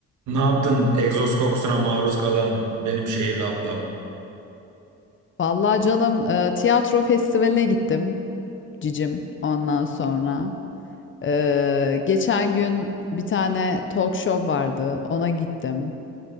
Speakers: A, on the right (about 75°); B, on the left (about 40°).
A: Ne yaptın egzoz kokusuna maruz kalan benim şehirli ablam?
B: Vallahi canım e, tiyatro festivaline gittim cicim ondan sonra. E, geçen gün bir tane talk show vardı ona gittim.